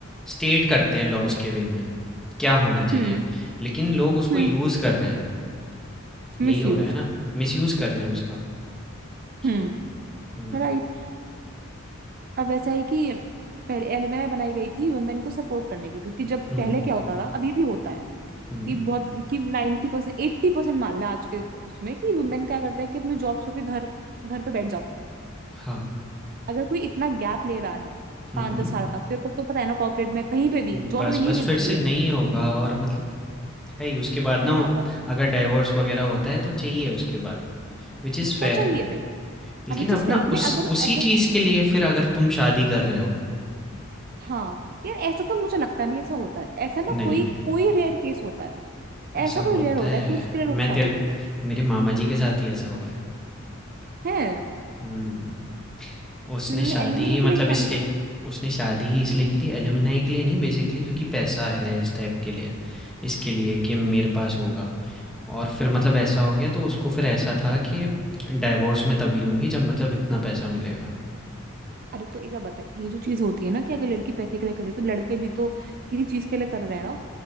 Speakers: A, in the centre; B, on the right.
A: स्टेट करते हैं लॉज़ के वे में, क्या होना चाहिए,
B: हम्म
A: लेकिन लोग उसको
B: हम्म
A: यूज़ कर रहे हैं। यही
B: मिस
A: हो
B: यूज
A: रहा है ना मिसयूज कर रहे हैं उसका उसको
B: हम्म
A: हम्म
B: राइट अब वैसा है कि पहले एलएमआई बनाई गई थी वुमेन को सपोर्ट करने के लिए क्योंकि जब
A: हम्म
B: पहले क्या होता था अभी भी होता है
A: हम्म
B: कि बहुत कि 90% परसेंट एट्टी परसेंट मान लें आज के उसमें कि वुमेन क्या करता है कि अपनी जॉब छोड़ के घर घर पे बैठ जाती है
A: हाँ
B: अगर कोई इतना गैप ले रहा है
A: हम्म
B: पांच दस साल का तो तो पता है ना कॉर्पोरेट में कहीं पे
A: हम्म
B: भी जॉब
A: बस
B: नहीं
A: बस
B: मिलती
A: फिर से नहीं
B: है
A: होगा और मतलब है ही उसके बाद ना
B: है ना और
A: अगर डाइवोर्स वगैरह होता है तो चाहिए उसके बाद विच इज़
B: उसको
A: फेयर
B: चाहिए फिर
A: लेकिन
B: अब विच
A: अब
B: इज
A: ना
B: फेयर कि भाई
A: उस
B: अगर
A: उसी
B: अगर
A: चीज़ के लिए फिर अगर तुम शादी कर रहे हो
B: हाँ यार ऐसा तो मुझे लगता नहीं ऐसा होता है ऐसा ना
A: नहीं
B: कोई
A: नहीं
B: कोई रेयर केस होता है
A: ऐसा
B: ऐसा कोई
A: होता
B: रेयर होता
A: है
B: है कि उसके लिए लोग
A: मैं
B: शादी
A: तेरे
B: करें
A: मेरे मामा जी के साथ ही ऐसा हुआ है
B: हैं
A: हुँ। उसने
B: तुमने
A: शादी
B: एलिमनी
A: मतलब
B: के लिए
A: इसलिए
B: शादी करी है।
A: उसने शादी ही इसलिए की थी एलुमनाई के लिए नहीं बेसिकली क्योंकि पैसा है इस टाइप के लिए इसके लिए कि मेरे पास होगा और फिर मतलब ऐसा हो गया तो उसको फिर ऐसा था कि डाइवोर्स मैं तभी लूँगी जब मतलब इतना पैसा मिलेगा।
B: अरे तो एक बात बता ये जो चीज होती है ना कि अगर लड़की पैसे के लिए करे तो लड़के भी तो किसी चीज के लिए कर रहे हैं ना